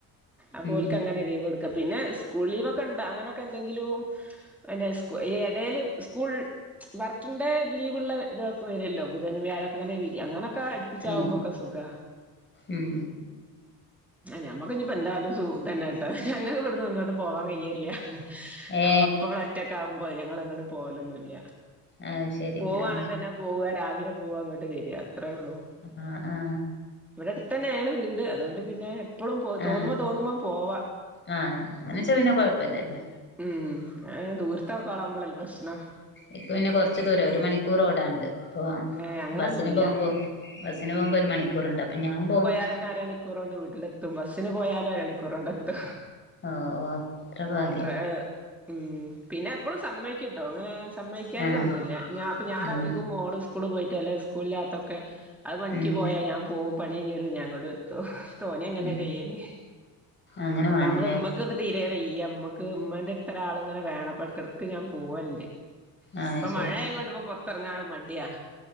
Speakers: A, in the centre; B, on the left (about 30°).
A: അപ്പൊൽക്കങ്ങനെ
B: ഉം
A: ലീവൊട്ക്ക. പിന്നെ. സ്കൂൾ ലീവൊക്കെണ്ട് അങ്ങനൊക്കെ എന്തെങ്കിലു പിന്നെ സ്കൂ. ഈ എടേല് സ്കൂൾ വർക്കിംഗ് ഡേ ലീവ്ള്ള ഇതൊക്കെ വരൊല്ലൊ. ബുധനും വ്യാഴക്കൊങ്ങന വി അങ്ങനൊക്കെ പിചാവുമ്പൊക്ക
B: ആ
A: സുഖാ
B: ഉം
A: ആഞമ്മക്കിഞിപ്പൊ എന്തായാലും സൂ. ഇതന്നേട്ടൊ. ഞങക്ക് വ്ട്ന്ന് എങ്ങോട്ടും പോവാൻ കയ്യലില്ല
B: ഏ
A: അവളപ്പവ്ടെ ഒറ്റക്കാവുമ്പൊ ഞങ്ങളെങ്ങ്ടും. പോവലൊന്നുല്ല
B: അത് ശരി
A: പോവാണെതന്നെ
B: ആ
A: പോവ രാവിലെ പോവ ഇങ്ങ്ട്ട് വര. അത്രെള്ളു
B: ആഹ് ആഹ്
A: ഇവടെ അട്ത്തെന്നാണ് വീട്. അതുകൊണ്ട് പിന്നേ. പ്പളും പൊ.
B: ആ
A: തോന്നുമ്പ തോന്നുമ്പ പോവ
B: ആ അങ്ങനെച്ചാ പിന്നെ കൊഴപ്പില്ലല്ലോ
A: ഉം ആഹ്. ദൂരത്ത്ക്കാളാവുമ്പളല്ലെ പ്രശ്നം
B: ഇക്ക് പിന്നെ കൊറച്ച് ദൂര. ഒര് മണിക്കൂറ് ഓടാണ്ട് പ്പോ.
A: ഏ അങ്ങനൊന്നുല്ല
B: ബസ്സിന് പോമ്പൊ. ബസ്സിന് പോമ്പൊ ഒരു മണിക്കൂറ്ണ്ട് അപ്പൊ ഞാൻ പോ
A: ഇതന്നാരാണ് മണിക്കൂറോണ്ട് വീട്ട്ലെത്തും ബസ്സിന് പോയാലും അരണിക്കൂറോണ്ടെത്തും
B: ഓ എത്ര ഭാഗ്യം
A: ഓട്ടെ ഉം. പിന്നെപ്പളും സമ്മയ്ക്കുട്ടൊ. ഇങ്ങനാ സമ്മയ്ക്കായികന്നുല്ല.
B: ആഹ്
A: ഞാ അപ്പൊ ഞാനധികം
B: ഉം
A: മോള് സ്കൂളി പോയിട്ട് സ്കൂളില്കത്തൊക്കെ അത് പണിക്ക്
B: ഉം
A: പോയാ ഞാൻ പോവും. പണിഴിഞ്ഞരും ഞാൻ ഇങ്ങ്ടെത്തും തോന്നി അങ്ങനെ
B: ഉം
A: ചെയ്യല്.
B: അങ്ങനെ
A: ഒന്നാമത്
B: വേണല്ലേ
A: ഞമ് <unintelligible> തീരേ വെയ്യ. ഇമ്മക്ക് ഇമ്മന്റട്ത്തൊരാള്ങ്ങനെ വേണം. ഇപ്പൊ എടക്കെടക്ക് ഞാൻ പോവല്ണ്ട്
B: ആഹ്
A: ഇപ്പൊ
B: ശരി
A: മഴ ആയ കൊണ്ട് ഇപ്പോ പുറത്തിറങ്ങാ മടിയാ